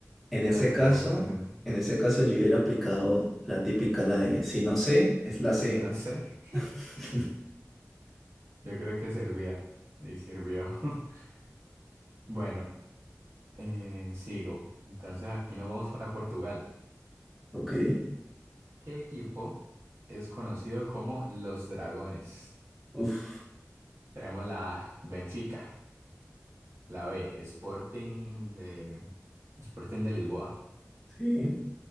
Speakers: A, in the centre; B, on the right.
A: En ese
B: no la tenía
A: caso,
B: muy presente.
A: en ese caso yo hubiera aplicado la típica, la de si no sé, es la C.
B: En la C,
A: <laughs>
B: <laughs> yo creo que servía, y sirvió. <laughs> Bueno, eh, sigo. Entonces aquí nos vamos para Portugal.
A: Ok.
B: ¿Qué equipo es conocido como los Dragones?
A: Uf.
B: Tenemos la A, Benfica. La B, Sporting de, Sporting de Lisboa.
A: Sí,